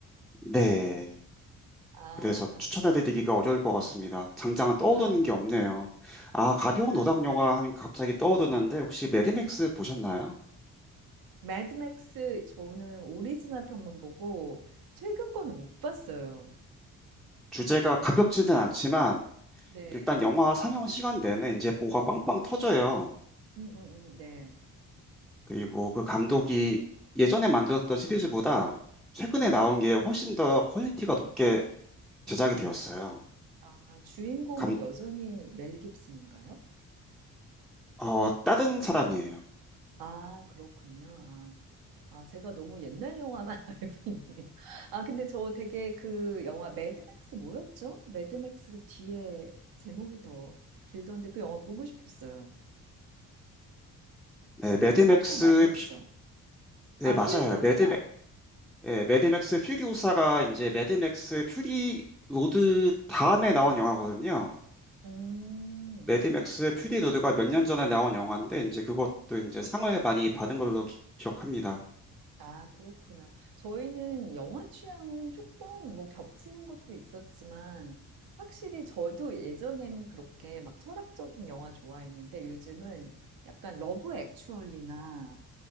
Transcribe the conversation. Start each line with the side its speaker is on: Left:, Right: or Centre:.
Centre: 네.
Right: 아,
Centre: 그래서 추천해드리기가 어려울 것 같습니다. 당장은 떠오르는
Right: 아,
Centre: 게 없네요. 아,
Right: 아.
Centre: 가벼운 오락 영화 하니까 갑자기 떠오르는데, 혹시 매드맥스 보셨나요?
Right: 매드맥스 저는 오리지널 편만 보고 최근 거는 못 봤어요.
Centre: 주제가 가볍지는 않지만,
Right: 네,
Centre: 일단 영화 상영 시간 내내 이제 뭐가 빵빵 터져요.
Right: 음, 음, 음, 네.
Centre: 그리고 그 감독이 예전에 만들었던 시리즈보다 최근에
Right: 음.
Centre: 나온 게 훨씬 더 퀄리티가 높게 제작이 되었어요.
Right: 아, 주인공은
Centre: 감,
Right: 여전히 멜 깁슨인가요?
Centre: 어, 다른 사람이에요.
Right: 아, 그렇군요. 아. 아, 제가 너무 옛날 영화만 <laughs> 알고 있네요. 아, 근데 저 되게 그 영화 매드맥스 뭐였죠? 매드맥스 그 뒤에 제목이 더 길던데 그 영화 보고 싶었어요.
Centre: 네, 매드맥스,
Right: 수상도 많이 했죠.
Centre: 퓨- 네,
Right: 아,
Centre: 맞아요.
Right: 퓨리오사.
Centre: 매드맥, 예, 매드맥스 퓨리오사가 이제 매드맥스 퓨리 로드 다음에 나온 영화거든요.
Right: 음,
Centre: 매드맥스 퓨리 로드가 몇 년 전에 나온 영화인데, 이제 그것도 이제 상을 많이 받은 걸로 기, 기억합니다.
Right: 아, 그렇구나. 저희는 영화 취향은 조금 뭐 겹치는 것도 있었지만 확실히 저도 예전에는 그렇게 막 철학적인 영화 좋아했는데 요즘은 약간 러브 액츄얼리나